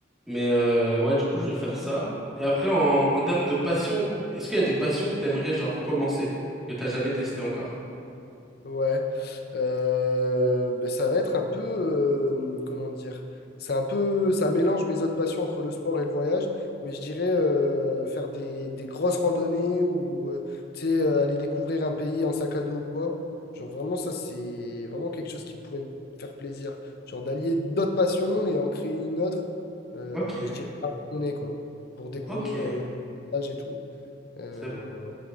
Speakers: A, in the centre; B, on the left (about 55°).
A: Mais euh, ouais, du coup, je vais faire ça. Et après, en, en termes de passion, est-ce qu'il y a des passions que t'aimerais, genre, commencer, que t'as jamais testé encore?
B: Ouais, Euh, ben, ça va être un peu, euh, comment dire, c'est un peu, ça mélange mes autres passions entre le sport et le voyage, mais je dirais euh, faire des, des grosses randonnées ou euh, tu sais, euh, aller découvrir un pays en sac à dos ou quoi. Genre vraiment, ça c'est vraiment quelque chose qui pourrait me faire plaisir. Genre d'allier d'autres passions et en créer une autre, euh,
A: Ok,
B: je dirais la randonnée quoi, pour découvrir
A: ok.
B: euh, le paysage et tout. Euh,
A: Ça,